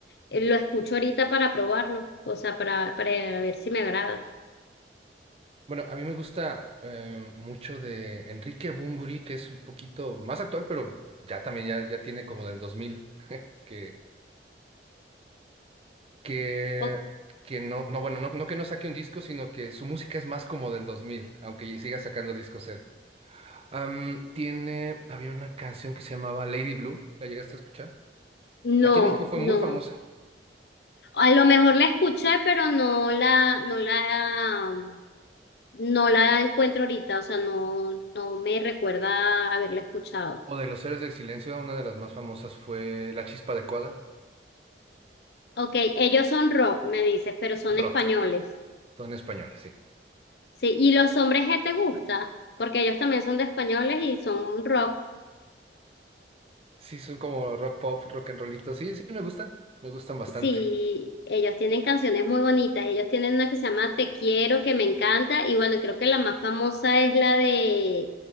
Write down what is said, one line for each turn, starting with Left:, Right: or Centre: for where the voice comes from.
Left: eh, lo escucho ahorita para probarlo, o sea, para, para ver si me agrada.
Right: Bueno, a mí me gusta eh, mucho de Enrique Bunbury, que es un poquito más actual, pero ya también ya, ya tiene como del 2000, que, que,
Left: O-
Right: que no, no, bueno, no, no que no saque un disco, sino que su música es más como del 2000, aunque siga sacando discos él. Am, tiene, había una canción que se llamaba Lady Blue, ¿la llegaste a escuchar?
Left: no,
Right: Aquí en México fue
Left: no.
Right: muy famosa.
Left: A lo mejor la escuché, pero no la, no la, no la encuentro ahorita, o sea, no, no me recuerda haberla escuchado.
Right: O de los Héroes del Silencio, una de las más famosas fue La Chispa Adecuada,
Left: Ok, ellos son rock, me dices, pero son
Right: rock,
Left: españoles.
Right: son españoles, sí.
Left: Sí, ¿y los hombres que te gusta? Porque ellos también son de españoles y son un rock.
Right: Sí, son como rock pop, rock and rollito, sí, sí, me gustan, me gustan bastante.
Left: Sí, ellos tienen canciones muy bonitas. Ellos tienen una que se llama Te quiero, que me encanta. Y bueno, creo que la más famosa es la de